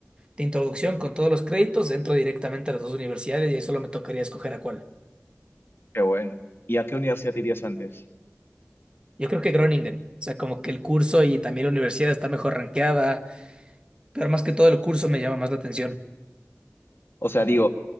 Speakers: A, on the right; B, on the left.
A: de introducción con todos los créditos, entro directamente a las dos universidades y ahí solo me tocaría escoger a cuál.
B: Qué bueno. ¿Y a qué universidad te irías antes?
A: Yo creo que Groningen, o sea, como que el curso y también la universidad está mejor rankeada, pero más que todo el curso me llama más la atención.
B: O sea, digo,